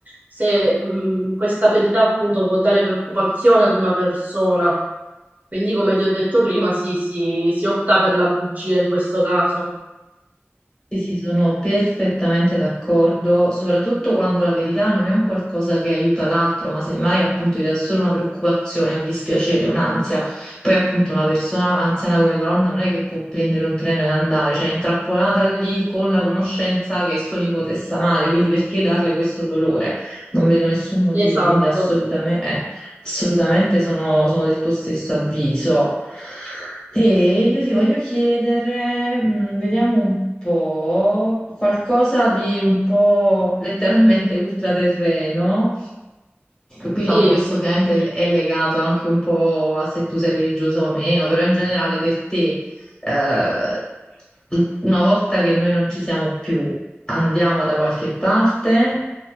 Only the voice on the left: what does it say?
Sì, sì, sono perfettamente d'accordo, soprattutto quando la verità non è un qualcosa che aiuta l'altro, ma semmai appunto ti dà solo una preoccupazione, un dispiacere, un'ansia. Poi appunto una persona anziana come tua nonna non è che può prendere un treno ed andare, cioè è intrappolata lì con la conoscenza che suo nipote sta male, quindi perché darle questo dolore? Non vedo nessun motivo,
quindi assolutamente, assolutamente sono sono del tuo stesso avviso. E io ti voglio chiedere, mm, vediamo un po', qualcosa di un po' letteralmente ultraterreno. Diciamo,
questo ovviamente è è legato anche un po' a se tu sei religioso o meno, però in generale per te, eh, una volta che noi non ci siamo più, andiamo da qualche parte